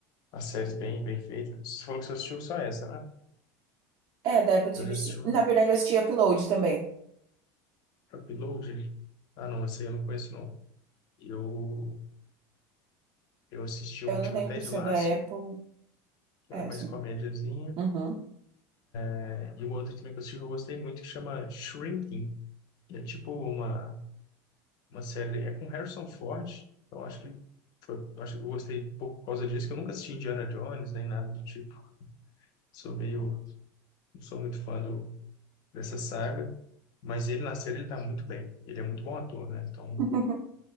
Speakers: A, on the left; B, on the right.
A: as séries bem, bem feitas. Você falou que você assistiu só essa, né?
B: É, da Apple
A: Eu
B: TV,
A: já assisti
B: sim.
A: uma
B: Na verdade, eu assisti Upload também.
A: Upload. Ah, não, essa aí eu não conheço, não. Eu, eu assisti uma
B: Eu não
A: que chama
B: lembro
A: Ted
B: se
A: Lasso,
B: é da Apple.
A: que
B: É,
A: ela é mais
B: sim.
A: comédiazinha.
B: Uhum.
A: né? E uma outra também que eu assisti que eu gostei muito, que chama Shrinking. que é tipo uma, uma série... É com Harrison Ford. Então, acho que foi, acho, que eu gostei pouco por causa disso, que eu nunca assisti Indiana Jones, nem nada do tipo. Sou meio... Não sou muito fã do, dessa saga. Mas ele na série, ele tá muito bem. Ele é muito bom ator, né? Então,
B: <laughs>